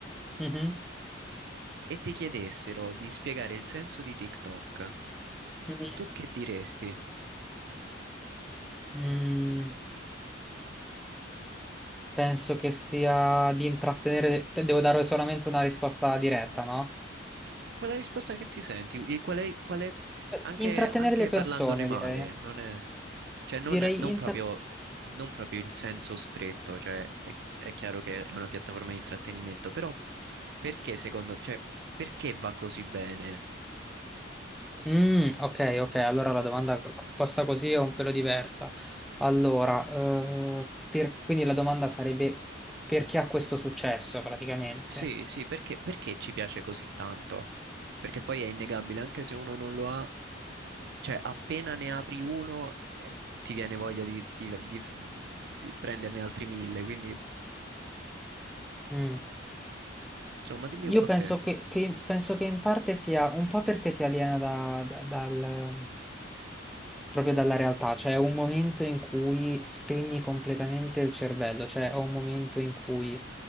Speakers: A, in the centre; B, on the right.
A: Mhm.
B: e ti chiedessero di spiegare il senso di TikTok,
A: Mm,
B: tu che diresti?
A: mm. Penso che sia di intrattenere, le- te- devo dare solamente una risposta diretta, no?
B: Qual è la risposta che ti senti? Il- Qual è, qual è-
A: Eh,
B: anche,
A: Intrattenere
B: anche
A: le persone,
B: parlandone male,
A: direi.
B: non è, cioè non,
A: Direi
B: non
A: inter...
B: proprio, non proprio il senso stretto, cioè è, è chiaro che è una piattaforma di intrattenimento, però perché secondo, cioè perché va così bene?
A: Mm, ok, ok, allora la domanda co- posta così è un pelo diversa. Allora, eh, per- quindi la domanda sarebbe per chi ha questo successo praticamente.
B: Sì, sì, perché, perché ci piace così tanto? Perché poi è innegabile, anche se uno non lo ha, cioè appena ne apri uno, eh, ti viene voglia di, di- di- f- di prenderne altri mille, quindi...
A: Mm.
B: Insomma, dimmi
A: Io
B: un po'
A: penso
B: te.
A: che, che- penso che in parte sia un po' perché ti aliena da- da- dal, proprio dalla realtà, cioè è un momento in cui spegni completamente il cervello, cioè è un momento in cui